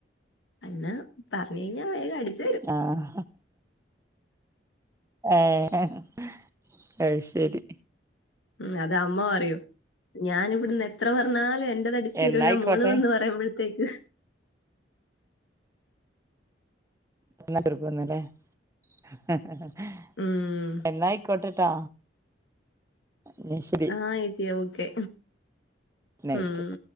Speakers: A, on the left; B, on the right.
A: പിന്നെ പറഞ്ഞഴ് ഞ്ഞാ വേഗം അടിക്കും.
B: ആഹ് ഏഹ് അയ്ശെരി
A: ഉം അത അമ്മ പറയും ഞാനും ഇവ്ടുന്ന് എത്ര പറഞ്ഞാലും എന്റതടിച്ചു തെരൂല
B: എന്നായിക്കോട്ടെ
A: മോള് വന്ന് പറയുമ്പത്തേക്ക്
B: <unintelligible>
A: ഉം
B: എന്നായ്ക്കോട്ടേട്ടാ ന്നാശെരി
A: ആഹ് ഏച്ചിയേ ഓക്കെ
B: നൈറ്റ്
A: ഉം